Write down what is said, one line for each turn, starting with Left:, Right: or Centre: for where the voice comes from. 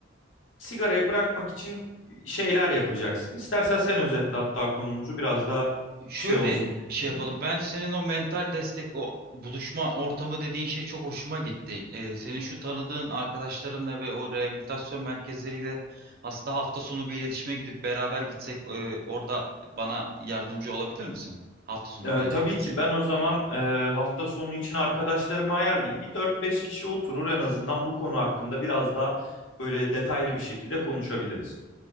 Left: sigarayı bırakmak için şeyler yapacaksın. İstersen sen özetle hatta konumuzu biraz daha
Right: Şöyle
Left: şey olsun senin
Right: şey
Left: için.
Right: yapalım. Ben senin o mental destek, o buluşma ortamı dediğin şey çok hoşuma gitti. Ee, senin şu tanıdığın arkadaşlarınla ve o rehabilitasyon merkezleriyle aslında hafta sonu bir iletişime gidip beraber gitsek, e, orada bana yardımcı olabilir misin? Hafta sonu
Left: E,
Right: bir araya
Left: tabii
Right: gelsek.
Left: ki ben o zaman e, hafta sonu için arkadaşlarımı ayarlayayım. Bir dört beş kişi oturur en azından bu konu hakkında biraz daha böyle detaylı bir şekilde konuşabiliriz.